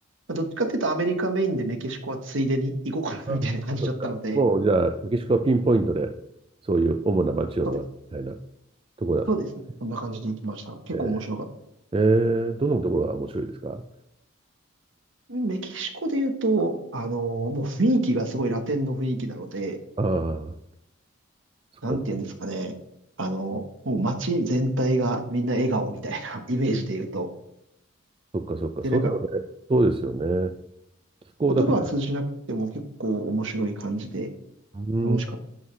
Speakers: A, on the right; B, on the right.
A: まあどっちかっていうとアメリカメインでメキシコはついでに行こうかなみたいな感じだったので、
B: ああ、そっかそっか。もう、じゃあ、メキシコはピンポイントで、そういう主な街を回るみたいな
A: そうです。
B: ところだったんで
A: そうですね。そんな感じで行きました。結構面白かっ
B: すね。ええ、どのところが面白いですか
A: た。メキシコで言うと、あのーもう雰囲気がすごいラテンの雰囲気なので、
B: ああ、そっか、
A: なんて言うんですかね。あのーもう街全体がみんな笑顔みたいな <laughs> イメージで言うと。
B: そっか、そっか。
A: で、
B: そういうのね、
A: なんか、
B: そうですよね。気候だけ。
A: 言葉は通じなくても結構面白い感じで
B: うん。
A: 楽しかった。